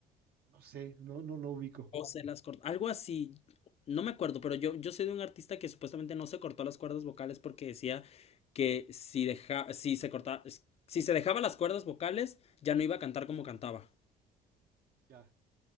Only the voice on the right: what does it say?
no sé, no, no lo ubico.
Ya.